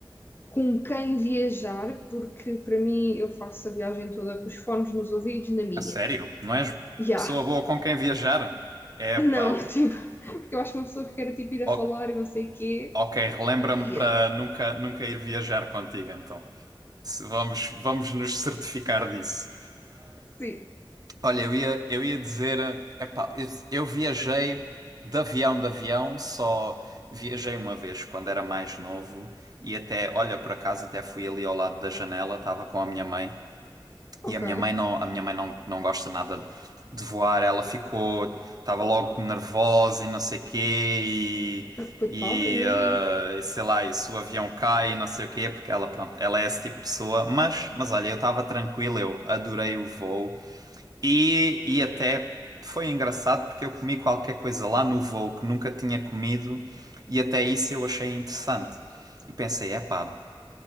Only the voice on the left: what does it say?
com quem viajar, porque para mim eu faço a viagem toda com os fones nos ouvidos, na minha.
Ya,
<laughs>
não, tipo, porque eu acho que uma pessoa que quer tipo, ir a
falar e não sei o quê,
ia,
sim,
ok,
coitada,
imagino,